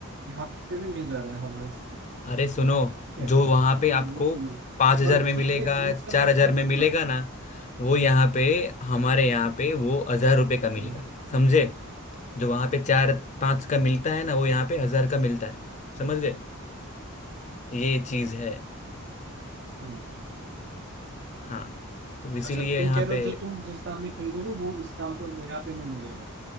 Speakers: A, on the right (about 55°); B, on the left (about 35°).
A: यहाँ पे भी मिल जा रहा है हमारे से
B: अरे सुनो
A: ठीक है
B: जो वहां
A: वो
B: पे आपको
A: वो तो नहीं
B: पाँच हजार
A: पर
B: में
A: ठीक
B: मिलेगा
A: है जीन्स
B: चार
A: का मैं इसलिए
B: हजार में मिलेगा
A: हाँ
B: ना वो यहाँ पे हमारे यहाँ पे वो हजार रुपये का मिलेगा
A: हम्म,
B: समझे जो वहां पे चार पांच का मिलता है ना वो यहाँ पे हजार का मिलता है समझ गए ये चीज है
A: हम्म।
B: हाँ तो इसीलिए
A: अच्छा तुम
B: यहाँ
A: कह रहे
B: पे
A: हो जो तुम जिस दाम में खरीदोगे वो इस दाम पर यहाँ पे नहीं मिलेगा